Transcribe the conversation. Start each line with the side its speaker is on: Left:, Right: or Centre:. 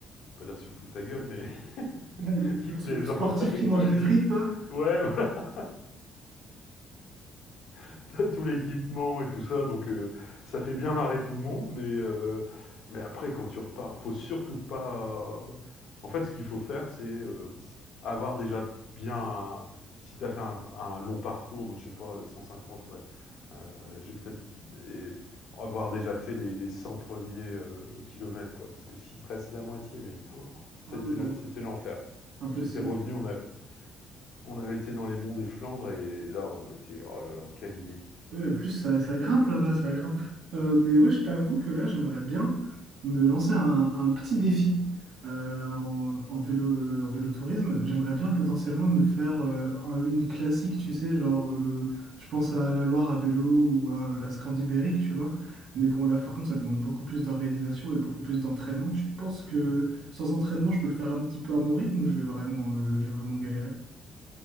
Left: pas dire se fout de ta gueule, mais <laughs>
Right: Ouais, Le, le-
Left: ils plaisantent
Right: le sportif
Left: avec
Right: qui mange
Left: toi,
Right: des
Left: ils disent:
Right: frites, quoi.
Left: «Ouais, <laughs> <laughs> t'as tout l'équipement et tout ça, donc euh, ça fait bien marrer tout le monde, mais, euh, mais après, quand tu repars, faut surtout pas. euh, En fait, ce qu'il faut faire, c'est euh, avoir déjà bien. un- Si t'as fait un, un long parcours, moi je sais pas, 150, ouais, euh, j'ai peut-être. et avoir déjà fait les, les 100 premiers euh, kilomètres, quoi, parce que s'il te reste la moitié, mais oh, ça
Right: Ah ouais,
Left: a été
Right: non,
Left: le- c'était l'enfer.
Right: impossible.
Left: J'étais revenu, on, a- on avait été dans les monts des Flandres, et là, on était. Oh là là, quelle idée!
Right: Ouais, en plus, ça, ça grimpe là-bas, ça grimpe. Euh, mais ouais, je t'avoue que là, j'aimerais bien me lancer un, un petit défi euh, en, en vélo, en vélotourisme. J'aimerais bien potentiellement me faire euh, un- une classique, tu sais, genre, euh, je pense à la Loire à vélo ou à euh, la Scandibérique, tu vois. Mais bon, là, par contre, ça demande beaucoup plus d'organisation et beaucoup plus d'entraînement. Tu penses que sans entraînement, je peux le faire un petit peu à mon rythme ou je vais vraiment, euh, je vais vraiment galérer?